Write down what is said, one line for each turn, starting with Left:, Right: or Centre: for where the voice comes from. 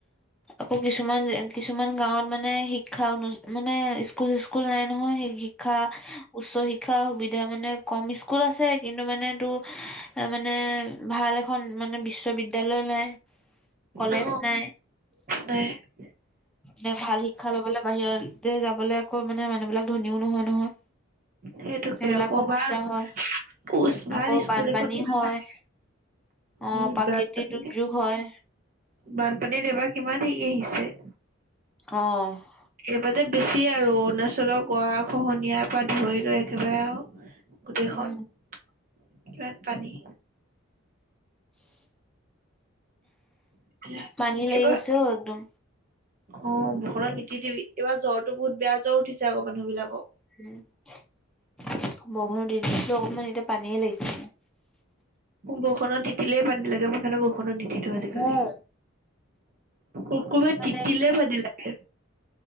Centre: আকৌ কিছুমান যে-কিছুমান গাঁৱত মানে শিক্ষা অনু মানে স্কুল চিস্কুল নাই নহয় সেই শিক্ষা, উচ্চ শিক্ষা সুবি বিধা মানে কম, স্কুল আছে কিন্তু মানে তোৰ এ, মানে ভাল এখন মানে বিশ্ববিদ দ্যা লয় নাই, কলেজ
Right: অ
Centre: নাই।
Right: নাই।
Centre: তে ভাল শিক্ষা লবলৈ বাহিৰতে যাবলৈ আকৌ মানে মানুহবিলাক ধনীও নহয় নহয়।
Right: সেইটোকে
Centre: সেইবিলাক
Right: আকৌ
Centre: সমস্যা
Right: ভাল
Centre: হয়।
Right: উচ ভাল
Centre: আকৌ
Right: স্কুল
Centre: বানপানী
Right: এখনো নাথাকে
Centre: হয়। অ'
Right: উম
Centre: প্ৰাকৃতিক
Right: বানপানী
Centre: দুৰ্যোগ হয়।
Right: বানপানীত এইবাৰ কিমান হেৰি আহিছে?
Centre: অ'।
Right: এইবাৰ যে বেছি আৰু, অৰুণাচলৰ গঢ়া খহনিয়াৰ পৰা ধৰি লৈ একেবাৰে আৰু। গোটেইখন
Centre: উম
Right: কিমান পানী। এতিয়া
Centre: পানী লাগি
Right: এইবাৰ
Centre: গৈছে অ' একদম।
Right: অ' বৰষুণত নিতি তিবি, এইবাৰ জৰটো বহুত বেয়া জ্বৰ উঠিছে আকৌ মানুহবিলাকৰ।
Centre: উম, বৰষুণত তিতিছিলোঁ অকমান, এতিয়া পানীহে লাগিছে।
Right: মোৰ বৰষুণত তিতিলেই পানী লাগে, মই সেইকাৰণে বৰষুণত নিতিতো আজিকালি।
Centre: মোৰ
Right: অকমান
Centre: মানে
Right: তিতিলেই পানী লাগে।